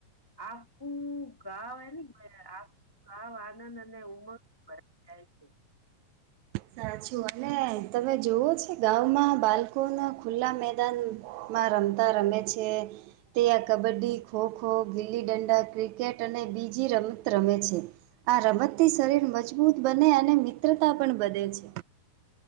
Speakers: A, on the left; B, on the right.
A: આખું ગાવ એને આખું ગાવ આનંદ અને ઉમંગ ભરાઈ જાય છે.
B: સાચું અને તમે જુઓ છે ગામમાં બાલકોના ખુલ્લા મેદાન માં રમતા રમે છે. તે આ કબડ્ડી ખોખો ગીલી ડંડા ક્રિકેટ અને બીજી રમત રમે છે. આ રમતથી શરીર મજબૂત બને અને મિત્રતા પણ બધે છે.